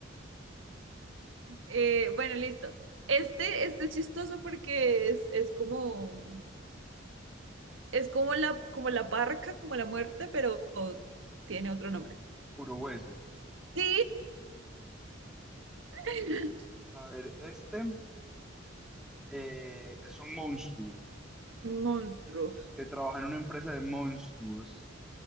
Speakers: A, on the right; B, in the centre.
A: Eh, bueno, listo. Este, este es chistoso porque es, es como, es como la, como la parca, como la muerte, pero tiene otro nombre.
B: puro hueso.
A: Sí, <laughs>
B: A ver, este eh, es un monstruo
A: Monstruo.
B: que trabaja en una empresa de monstruos